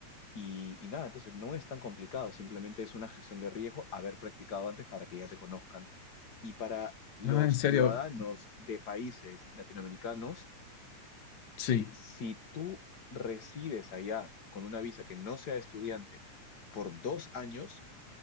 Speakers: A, on the left; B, on the left.
A: Y, y nada, entonces no es tan complicado, simplemente es una gestión de riesgo haber practicado antes para que ya te conozcan. Y para los
B: Ah, ¿en
A: ciudadanos
B: serio?
A: de países latinoamericanos,
B: Sí,
A: si tú resides allá con una visa que no sea estudiante por dos años,